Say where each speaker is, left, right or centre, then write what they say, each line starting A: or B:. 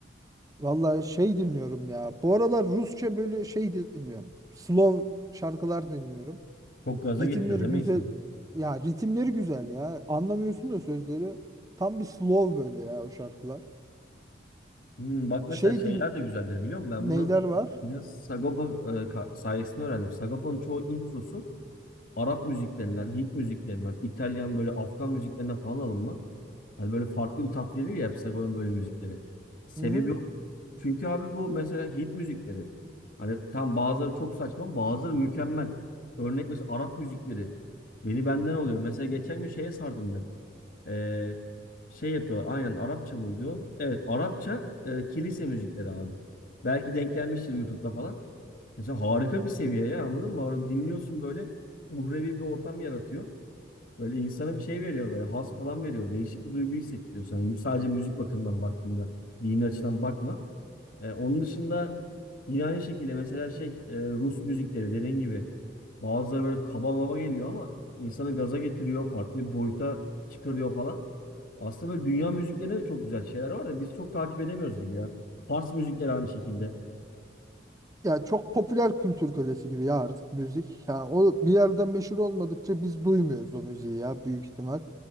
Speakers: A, on the right (about 20°); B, on the left (about 60°).
A: Vallahi şey dinliyorum ya. Bu aralar Rusça böyle şey dinliyorum. Slow şarkılar dinliyorum.
B: Çok gaza
A: Ritimleri
B: getiriyor değil
A: güzel.
B: mi insanı?
A: Ya ritimleri güzel ya. Anlamıyorsun da sözleri. Tam bir slow böyle ya o şarkılar.
B: Hmm, bak mesela
A: Şey
B: şeyler
A: din
B: de güzeldir biliyor musun? Ben
A: neyler
B: bunu
A: var?
B: biraz Sagopa e, ka- sayesinde öğrendim. Sagopa'nın çoğu introsu Arap müziklerinden, Hint müziklerinden, İtalyan böyle Afgan müziklerinden falan alınma. Hani böyle farklı bir tat verir ya hep Sagopa'nın böyle müzikleri. Sebebi
A: Hı,
B: Çünkü abi bu mesela hit müzikleri. Hani tam bazıları çok saçma, bazıları mükemmel. Örnek mesela Arap müzikleri. Beni benden oluyor. Mesela geçen gün şeye sardım ben. Ee, şey yapıyor. Aynen Arapça mıydı o? Evet Arapça e, kilise müzikleri abi. Belki denk gelmiştir YouTube'da falan. Mesela harika bir seviye ya anladın mı? Onu dinliyorsun böyle uhrevi bir ortam yaratıyor. Böyle insana bir şey veriyor böyle has falan veriyor. Değişik bir duygu hissettiriyor sana. Sadece müzik bakımından baktığında dini açıdan bakma. E, onun dışında yine aynı şekilde mesela şey e, Rus müzikleri dediğin gibi bazıları böyle kaba maba geliyor ama insanı gaza getiriyor, farklı bir boyuta çıkarıyor falan. Aslında böyle dünya müziklerinde de çok güzel şeyler var da biz çok takip edemiyoruz gibi ya. Fars müzikleri aynı şekilde.
A: Ya çok popüler kültür kölesi gibi ya artık müzik. Ya o bir yerde meşhur olmadıkça biz duymuyoruz o müziği ya büyük ihtimal.